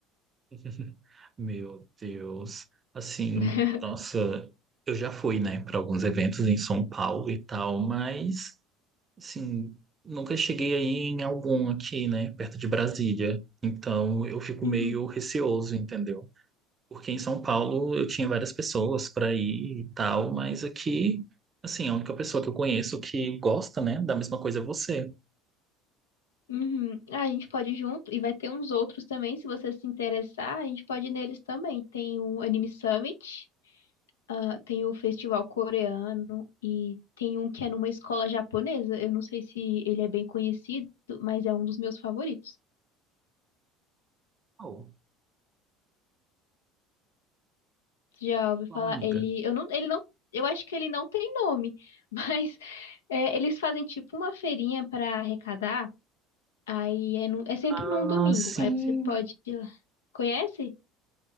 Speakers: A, on the right; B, on the left.
A: <laughs> Meu Deus. Assim,
B: <laughs>
A: nossa, eu já fui, né, para alguns eventos em São Paulo e tal, mas, assim, nunca cheguei aí em algum aqui, né, perto de Brasília. Então, eu fico
B: Uhum.
A: meio receoso, entendeu? Porque em São Paulo eu tinha várias pessoas para ir e tal, mas aqui, assim, a única pessoa que eu conheço que gosta, né, da mesma coisa é você.
B: Uhum. Ah, a gente pode ir junto, e vai ter uns outros também, se você se interessar, a gente pode ir neles também. Tem o Anime Summit, ah, tem o festival coreano e tem um que é numa escola japonesa. Eu não sei se ele é bem conhecido, mas é um dos meus favoritos.
A: Qual?
B: Você já ouviu
A: Qual
B: falar?
A: amiga?
B: Ele, eu não, ele não, eu acho que ele não tem nome, <laughs> mas é, eles fazem tipo uma feirinha para arrecadar. Aí é, num- é sempre
A: Ah,
B: num domingo.
A: sim.
B: Aí você pode ir lá. Conhece?